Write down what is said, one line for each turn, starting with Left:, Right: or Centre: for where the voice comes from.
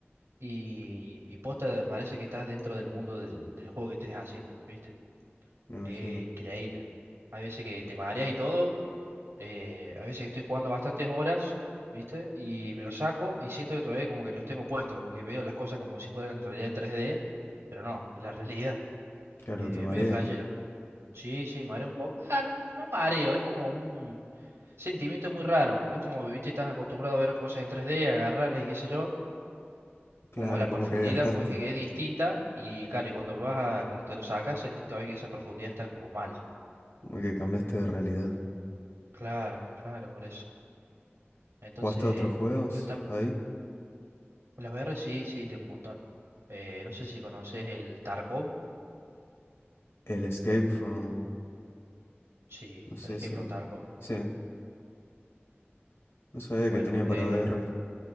Right: y, y posta parece que estás dentro del mundo del, del juego que estés haciendo, ¿viste?
Left: Me imagino.
Right: Es increíble. Hay veces que te mareas y todo. eh, hay veces que estoy jugando bastantes horas, ¿viste? Y me lo saco y siento que todavía como que los tengo puestos, como que veo las cosas como si fueran en realidad 3D, pero no, es la realidad.
Left: Claro,
Right: Eh,
Left: te marea.
Right: medio flashero. Sí, sí, mareo un poco. Ah, no, no mareo, es como un sentimiento muy raro. Es como, viste, estás acostumbrado a ver cosas en 3D, agarrarlas y qué sé yo.
Left: Claro,
Right: Como la
Left: como
Right: profundidad,
Left: que viajaste.
Right: como dije, que es distinta. Y claro, y cuando vas a- cuando te lo sacas, sentís todavía que esa profundidad está como mal.
Left: Como que cambiaste de realidad.
Right: Claro, claro, por eso. Entonces,
Left: ¿Jugaste a otros juegos
Right: pero está,
Left: ahí?
Right: las VR sí, sí, tengo un montón. Eh, no sé si conoces el Tarkov.
Left: El Escape from...
Right: Sí,
Left: No sé
Right: el Escape
Left: si...
Right: from Tarkov.
Left: Sí, no sabía
Right: Bueno,
Left: que tenía para
Right: eh,
Left: VR.